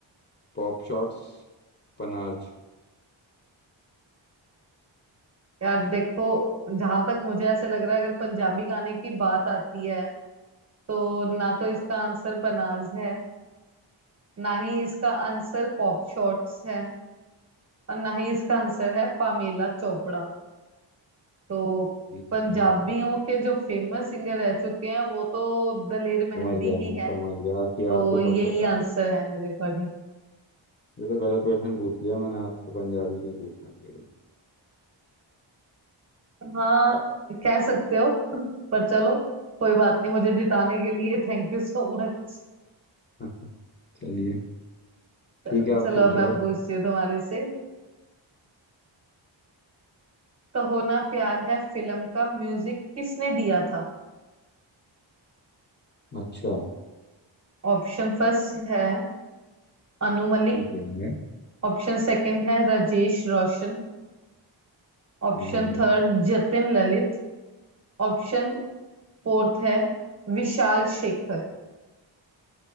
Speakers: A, on the left (about 25°); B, on the right (about 35°).
A: पॉप शॉट्स पनाज
B: यार देखो जहां तक मुझे ऐसे लग रहा है अगर पंजाबी गाने की बात आती है तो ना तो इसका आंसर पनाज है ना ही इसका आंसर पॉप शॉट्स है और ना ही इसका आंसर है पामेला चोपड़ा तो
A: ठीक
B: पंजाबियों
A: है
B: के जो फेमस सिंगर रह चुके हैं वो तो दलेर मेहंदी
A: समझ गया
B: ही
A: मैं
B: है
A: समझ गया कि
B: तो
A: आपको
B: यही
A: सब पता है
B: आंसर है मेरे अकॉर्डिंग
A: ये तो गलत क्वेश्चन पूछ लिया मैंने आपसे पंजाबी नहीं पूछना चाहिए
B: हाँ कह सकते हो <laughs> पर चलो कोई बात नहीं मुझे जिताने के लिए थैंक यू सो मच
A: <laughs> चलिए ठीक
B: चलो
A: है आप पूछो
B: अब मैं पूछती हूँ तुम्हारे से कहो ना प्यार है फिल्म का म्यूजिक किसने दिया था
A: अच्छा
B: ऑप्शन फर्स्ट है अनु मलिक
A: ठीक है
B: ऑप्शन सेकंड है Rajesh Roshan Option
A: हम्म,
B: third Jatin Lalit Option fourth है विशाल शेखर